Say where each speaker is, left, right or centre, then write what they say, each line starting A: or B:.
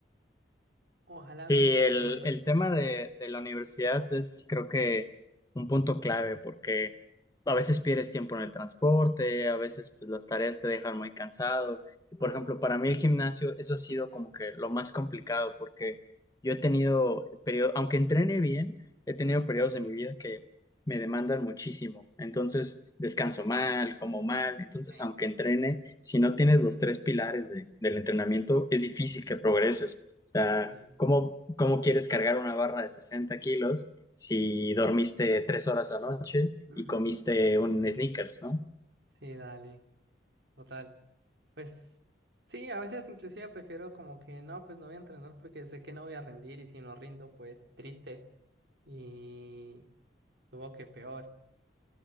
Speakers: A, on the right; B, on the left.
A: Ojalá
B: Sí,
A: me digan,
B: el,
A: pero pues
B: el
A: sí.
B: tema de, de la universidad es creo que un punto clave porque a veces pierdes tiempo en el transporte, a veces pues, las tareas te dejan muy cansado. Y, por
A: Ah,
B: ejemplo, para mí el gimnasio, eso ha sido como que lo más complicado porque yo he tenido periodos, aunque entrene bien, he tenido periodos en mi vida que me demandan muchísimo. Entonces descanso mal, como mal. Entonces,
A: sí,
B: aunque entrene, si no tienes los tres pilares de- del entrenamiento, es difícil que progreses sea,
A: sí.
B: ¿cómo, cómo quieres cargar una barra de 60 kilos si dormiste tres horas anoche
A: Ujú.
B: y comiste un Snickers, ¿no?
A: Sí, dale, total. Pues sí, a veces inclusive prefiero como que no, pues no voy a entrenar porque sé que no voy a rendir y si no rindo, pues triste y tuvo que peor.